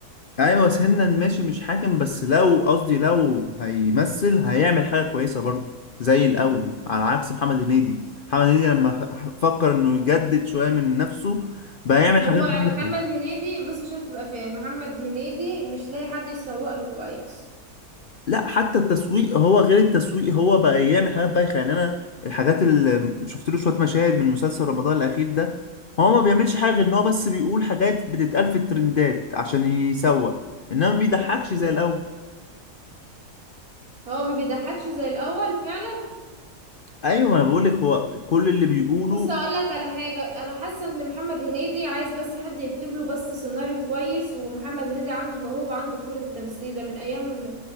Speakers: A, on the left (about 55°); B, on the right (about 60°).
A: ايوه سنا ماشي مش حاكم بس لو قصدي لو هيمثل هيعمل حاجه كويسه برضه زي الاول على عكس محمد هنيدي محمد هنيدي لما ح- فكر انه يجدد شويه من نفسه بقى يعمل
B: هو
A: حاجات بايخه
B: محمد هنيدي بص عشان تبقى فاهم محمد هنيدي مش لاقي حد يسوق له كويس
A: لا حتى التسويق هو غير التسويق هو بقى يعمل حاجات بايخه يعني انا الحاجات اللي شفت له شويه مشاهد من مسلسل رمضان الاخير ده هو ما بيعملش حاجه غير ان هو بس بيقول حاجات بتتقال في الترندات عشان يسوق انما ما بيضحكش
B: مم.
A: زي الاول
B: هو ما بيضحكش زي الاول فعلا
A: ايوه ما انا بقول لك هو كل اللي بيقوله
B: بص اقول لك على حاجه انا حاسه ان محمد هنيدي عايز بس حد يكتب له بس سيناريو كويس ومحمد هنيدي عنده موهبه عنده خبره التمثيل ده من ايام